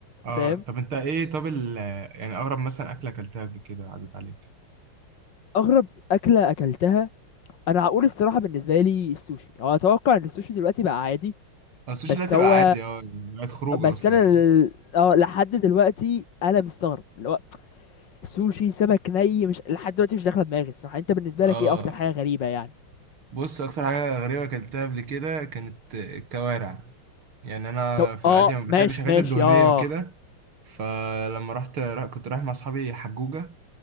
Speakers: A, on the right (about 85°); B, on the left (about 60°).
A: اه
B: فاهم
A: طب انت ايه طب ال يعني اغرب مثلا اكله اكلتها قبل كده عدت عليك
B: اغرب اكله اكلتها انا هقول الصراحه بالنسبه لي السوشي هو اتوقع ان السوشي دلوقتي بقى عادي
A: اه السوشي
B: بس
A: دلوقتي
B: هو
A: بقى عادي اه يعني بقت خروجه
B: بس
A: اصلا
B: انا
A: فاهم؟
B: ال- اه لحد دلوقتي انا مستغرب اللي هو سوشي سمك ني مش لحد دلوقتي مش داخله دماغي الصراحه انت بالنسبه
A: اه
B: لك ايه اكتر حاجه غريبه يعني
A: بص اكتر حاجه غريبه اكلتها قبل كده كانت الكوارع يعني انا
B: تو...
A: في العادي
B: اه
A: ما بحبش
B: ماشي
A: الحاجات
B: ماشي
A: الدهنيه
B: اه
A: وكده فلما رحت را- كنت رايح مع اصحابي حجوجه